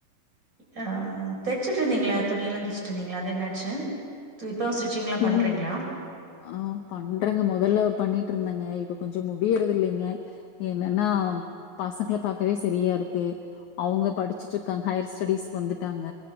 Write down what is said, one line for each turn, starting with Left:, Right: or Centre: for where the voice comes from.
Right: ஆ தச்சுட்டு இருந்தீங்களா துணி எல்லா தைச்சுட்டு இருந்தீங்களா அது என்னாச்சு <inaudible>
Left: துணி
Right: பண்றீங்களா?
Left: ஆ பண்றங்க மொதல்ல பண்ணிட்டு இருந்தாங்க இப்போ கொஞ்சோ முடியறது இல்லைங்க என்னன்னா பசங்களை பாக்கவே சரியா இருக்கு அவ்ங் க படிச்சட்டு இருக்காங்க ஹையர் ஸ்டடிஸ் வந்துட்டாங்க